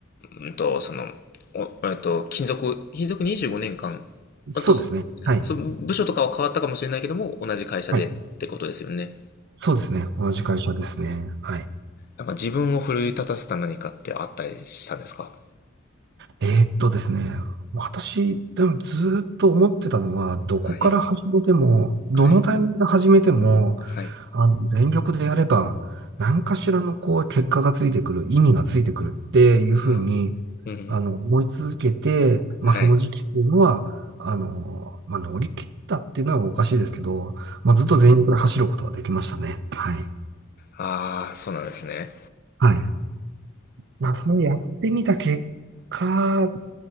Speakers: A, on the left; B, on the right.
A: うんと、その、おえっと、勤続、勤続25年間。
B: そうですね。
A: あと、そ
B: はい。
A: その部署とかは変わったかもしれないけども、同じ会社でってことですよね。
B: はい。そうですね。同じ会社ですね。はい。
A: なんか自分を奮い立たせた何かってあったりしたんですか
B: えーっとですね。私、でもずーっと思ってたのは、どこから始めても、
A: はい、
B: どのタイミングで始めても、
A: はい、はい。
B: あの、全力でやれば、何かしらのこう、結果がついてくる、意味がついてくるっていうふうに、
A: あ、うん、
B: あの、思い続けて、
A: はい。
B: まあ、その時期っていうのは、あの、まあ、乗り切ったっていうのはおかしいですけど、まあ、ずっと全力で走ることはできましたね。はい。
A: ああ、そうなんですね。
B: はい。まあ、それやってみた結果